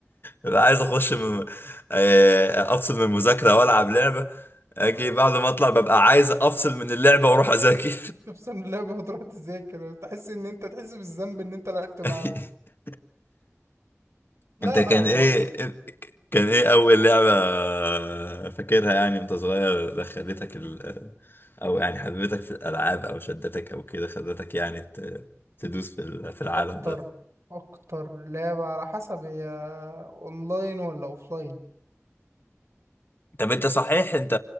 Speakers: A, on the left; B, on the right.
A: ببقى عايز اخش من... آه، افصل من المذاكره والعب لعبه اجي بعد ما اطلع ببقى عايز افصل من اللعبه واروح اذاكر
B: تفصل من اللعبة وتروح تذاكر تحس ان انت تحس بالذنب ان انت لعبت معاهم
A: <laughs>
B: لا
A: انت كان
B: لا هو
A: ايه كان ايه اول لعبه آه، فاكرها يعني وانت صغير دخلتك ال... آه، او يعني حببتك في الالعاب او شدتك او كده خلتك يعني ت... تدوس في ال- في العالم
B: اكتر
A: ده
B: اكتر لعبة على حسب هي اونلاين ولا اوفلاين
A: طب انت صحيح انت